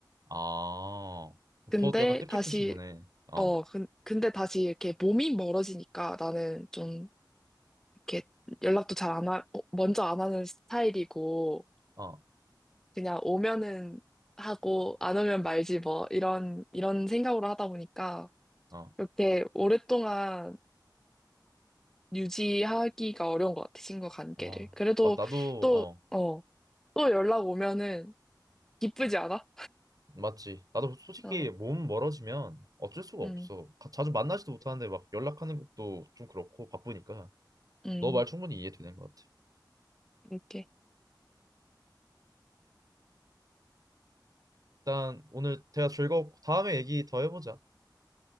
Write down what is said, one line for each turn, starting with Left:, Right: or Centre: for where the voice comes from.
Right: 아,
Centre: 근데
Right: 더 약간 뜻깊은
Centre: 다시,
Right: 친구네. 어,
Centre: 어, 근- 근데 다시 이렇게 몸이 멀어지니까 나는 좀 이렇게 연락도 잘 안 하, 어, 먼저 안 하는 스타일이고,
Right: 어,
Centre: 그냥 오면은 하고, 안 오면 말지 뭐, 이런, 이런 생각으로 하다 보니까,
Right: 어,
Centre: 이렇게 오랫동안 유지하기가 어려운 것 같아, 친구 관계를.
Right: 아,
Centre: 그래도
Right: 맞, 나도,
Centre: 또,
Right: 어,
Centre: 어, 또 연락 오면은 기쁘지 않아?
Right: 맞지. 나도 솔직히
Centre: 어,
Right: 몸 멀어지면 어쩔 수가
Centre: 음,
Right: 없어. 가- 자주 만나지도 못하는데 막 연락하는 것도 좀 그렇고 바쁘니까.
Centre: 음,
Right: 너 말 충분히 이해되는 것 같아.
Centre: 이렇게.
Right: 일단 오늘 대화 즐거웠고 다음에 얘기 더 해보자.